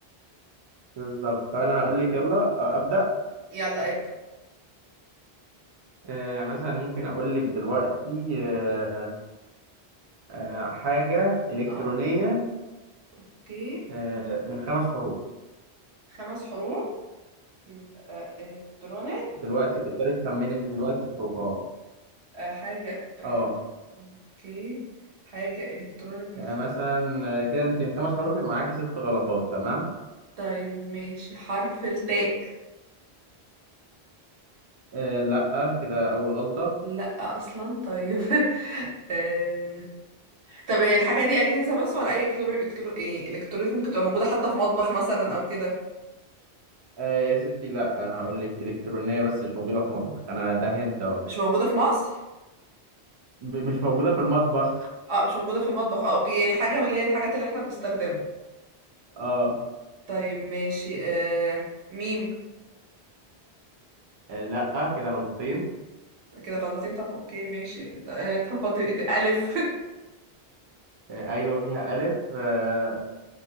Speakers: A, on the right (about 35°); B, on the right (about 85°).
A: بالظبط طب انا هقول لك يلا آه، ابدا
B: يلا ابدأ
A: آه، مثلا ممكن اقول لك دلوقتي آه، آه، حاجه الكترونيه
B: اه اوكي
A: آه، من خمس حروف
B: خمس حروف يبقى الكترونيك
A: دلوقتي تقدري تخمني دلوقتي الحروف اه
B: آه، حاجة آه،
A: اه
B: اوكي حاجة الكترونيك
A: يعني
B: من خمس
A: مثلا آه، كده انت من خمس حروف يبقى معاكي ست غلطات تمام
B: طيب ماشي حرف التاء
A: آه، لا كده اول غلطه
B: لا اصلا طيب <laughs> آه، طب هي الحاجه دي اجهزه بس ولا اي إلكترو... إلكترو... إيه؟ الكترونيك ممكن تبقى موجوده حتى في مطبخ مثلا او كده
A: آه، يا ستي لا انا هقول لك الكترونيه بس مش موجوده في مطبخ انا ده هنت اهو
B: مش موجوده في مصر
A: ب- مش موجوده في المطبخ
B: اه مش موجوده في المطبخ اه اوكي يعني حاجه من اللي هي الحاجات اللي احنا بنستخدمها
A: اه
B: طيب ماشي آه... ميم
A: آه، لا كده غلطتين
B: كده غلطين طب اوكي ماشي انت آه، <laughs> طب فاضل ايه ده؟ الف
A: آه، ايوه فيها الف آه،